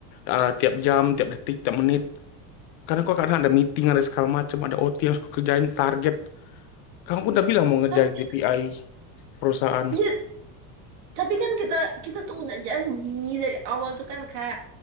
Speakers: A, on the left; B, on the right.
A: eh, tiap jam tiap detik tiap menit karena kok kadang ada meeting ada segala macam ada OT yang harus aku kerjain target kamu udah bilang mau ngerjain
B: Tapi kan,
A: KPI perusahaan
B: ya Tapi kan kita kita tuh udah janji dari awal tuh kan kayak